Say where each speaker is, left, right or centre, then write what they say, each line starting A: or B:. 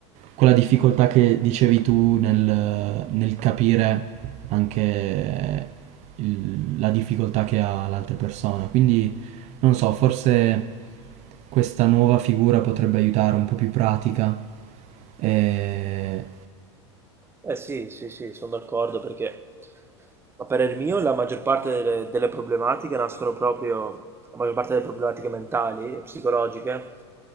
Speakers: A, on the right (about 50°); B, on the right (about 15°).
A: quella difficoltà che dicevi tu nel, nel capire anche il- la difficoltà che ha l'altra persona. Quindi non so, forse questa nuova figura potrebbe aiutare un po' più pratica. E...
B: Eh sì, sì, sì, sono d'accordo perché, a parer mio, la maggior parte delle, delle problematiche nascono proprio, la maggior parte delle problematiche mentali e psicologiche